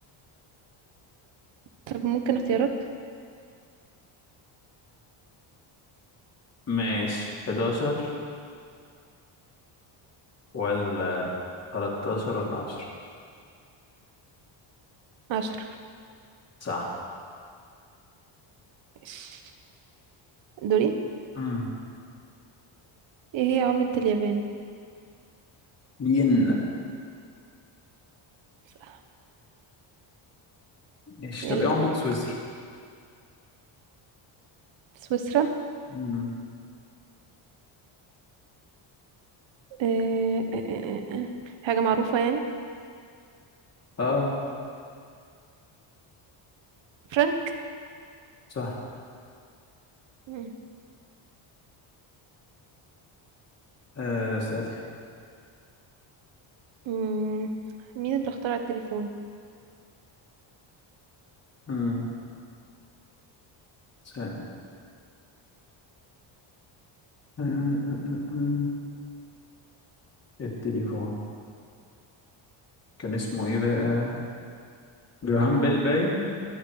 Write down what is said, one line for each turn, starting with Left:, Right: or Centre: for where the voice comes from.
Right: طب ممكن اختيارات؟
Left: ماشي 11 ولا 13 ولا 10
Right: عشرة
Left: صح
Right: ماشي دوري
Left: امم
Right: ايه هي عملة اليابان؟
Left: ين
Right: صح
Left: ماشي
Right: يلا
Left: طب ايه عملة
Right: دور
Left: سويسرا؟
Right: سويسرا
Left: امم
Right: آه، آه، آه، آه. آه. حاجة معروفة يعني
Left: اه
Right: فرانك
Left: صح
Right: مم.
Left: أه... سألي
Right: مم. مين اللي اخترع التليفون؟
Left: امم سألي أه... أه... أه... أه. آه. التليفون كان اسمه ايه بقى جراهام
Right: مم.
Left: بيل باين